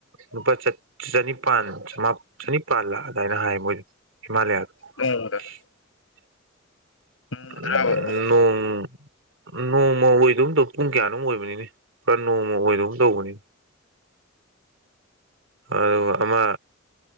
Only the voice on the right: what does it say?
ꯂꯨꯄꯥ ꯆ ꯆꯅꯤꯄꯥꯟ ꯆꯃꯥ ꯆꯅꯤꯄꯥꯜ ꯑꯗꯥꯥꯏꯅ ꯍꯥꯏ ꯃꯣꯏꯗ ꯍꯤꯃꯥꯂꯌꯥꯗꯣ
<inaudible>
<unintelligible>
ꯅꯣꯡ ꯅꯣꯡꯃ ꯑꯣꯏꯗꯧ ꯇꯧ ꯄꯨꯡ ꯀꯌꯥꯅꯣꯝ ꯑꯣꯏꯕꯅꯤꯅꯦ ꯈꯔ ꯅꯣꯡꯃ ꯑꯣꯏꯗꯒꯨꯝ ꯇꯧꯕꯅꯤ ꯑꯗꯨꯒ ꯑꯃꯥ